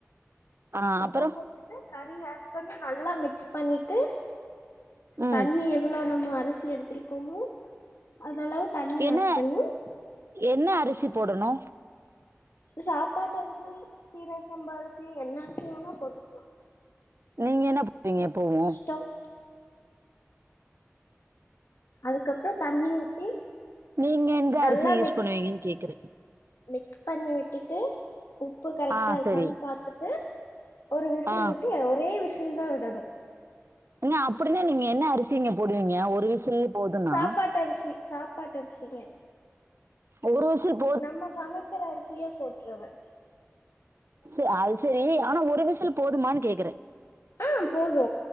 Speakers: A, on the right (about 60°); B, on the left (about 85°).
A: ஆ
B: உப்பு
A: அப்புறோ
B: போட்டுட்டு கறி ஆட் பண்ணி நல்லா மிக்ஸ் பண்ணிட்டு
A: ம்
B: தண்ணி எவ்ளோ நம்ம அரிசி எடுத்துருக்கோமோ அதளவு தண்ணி
A: என்ன
B: ஆட் பண்ணி
A: என்ன அரிசி போடணு
B: சாப்பாட்டு அரிசி சீரக சாம்பா அரிசி என்ன அரிசி வேணா போட்டுக்லா
A: நீங்க என்ன போடுவிங்க எப்பவு
B: ட்டவ் அதுக்கப்றோ தண்ணி ஊத்தி
A: நீங்க எந்த
B: நல்லா
A: அரிசி யூஸ்
B: மிக்ஸ்
A: பண்ணுவிங்க கேக்குறே
B: மிக்ஸ் பண்ணி விட்டுட்டு உப்பு கரெக்ட்டா
A: ஆ
B: இருக்கான்
A: செரி
B: பாத்துட்டு ஒரு விசில்
A: ஆ
B: விட்டு ஒரே விஸ் சில் தா விடணு
A: ஏங்க அப்டின்னா நீங்க என்ன அரிசிங்க போடுவீங்க ஒரு விசில் போதுன்னா
B: சாப்பாட்டரிசி சாப்பாட்டு அரிசி ங்க
A: <unintelligible>
B: நம்ம சமைக்குற அரிசியே போட்ருவே
A: சு அது சரி ஆனா ஒரு விசில் போதுமான்னு கேக்குறே
B: அ போது